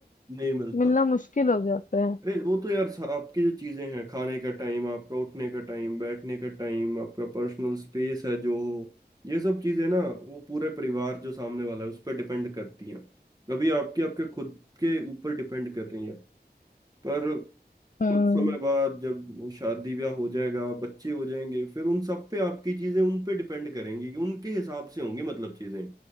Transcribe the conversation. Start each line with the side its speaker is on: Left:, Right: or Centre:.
Right: नहीं मिलता
Left: मिलना मुश्किल हो जाता है
Right: अरे वो तो यार सा- आपकी जो चीजें हैं खाने का टाइम आपका उठने का टाइम बैठने का टाइम आपका पर्सनल स्पेस है जो हो ये सब चीजें ना वो पूरे परिवार जो सामने वाला है उस पर डिपेंड करती हैं कभी आपकी आपके खुद के ऊपर डिपेंड कर रही हैं पर
Left: हम्म
Right: कुछ समय बाद जब वो शादी ब्याह हो जाएगा बच्चे हो जाएंगे फिर उन सब पे आपकी चीजें उन पे डिपेंड करेंगी कि उनके हिसाब से होंगी मतलब चीजें